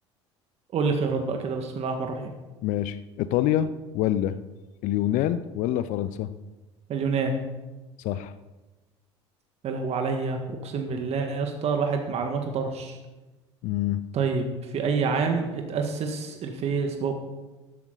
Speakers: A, on the right (about 45°); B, on the left (about 60°).
A: قول لي خيارات بقى كده بسم الله الرحمن الرحيم
B: ماشي إيطاليا ولا اليونان ولا فرنسا
A: اليونان
B: صح
A: يا لهو عليا اقسم بالله يا اسطى الواحد معلوماته طرش
B: امم
A: طيب في اي عام اتأسس الفيسبوك